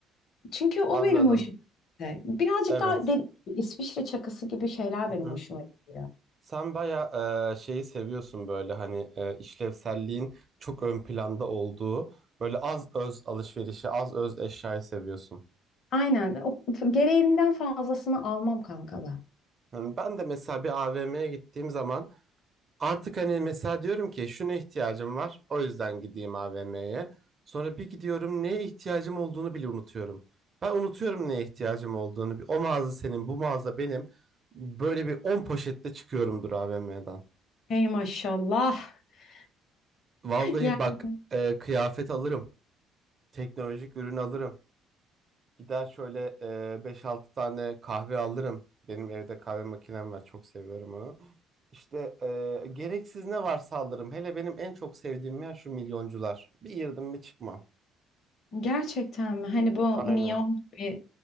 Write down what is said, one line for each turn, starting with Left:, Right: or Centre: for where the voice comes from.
Left: Çünkü o
Right: Anladım.
Left: benim hoşuma gitti. Birazcık
Right: Evet.
Left: daha dediğim gibi İsviçre çakısı gibi şeyler
Right: Hı
Left: benim
Right: hı.
Left: hoşuma gidiyor.
Right: Sen bayağı e, şeyi seviyorsun böyle hani e, işlevselliğin çok ön planda olduğu böyle az öz alışverişi, az öz eşyayı seviyorsun.
Left: Aynen. O, gereğinden fazlasını almam kanka ben.
Right: Yani ben de mesela bir AVM'ye gittiğim zaman Artık hani mesela diyorum ki şuna ihtiyacım var. O yüzden gideyim AVM'ye. Sonra bir gidiyorum neye ihtiyacım olduğunu bile unutuyorum. Ben unutuyorum neye ihtiyacım olduğunu. O mağaza senin, bu mağaza benim. Böyle bir 10 poşetle çıkıyorumdur AVM'den.
Left: Hey maşallah. <laughs>
Right: Vallahi
Left: Yani
Right: bak e, kıyafet alırım. Teknolojik ürün alırım. Gider şöyle e, 5-6 tane kahve alırım. Benim evde kahve makinem var. Çok seviyorum onu. İşte e, gereksiz ne varsa alırım. Hele benim en çok sevdiğim yer şu milyoncular. Bir girdim bir çıkmam.
Left: gerçekten mi? Hani bu
Right: Aynen.
Left: miyon gibi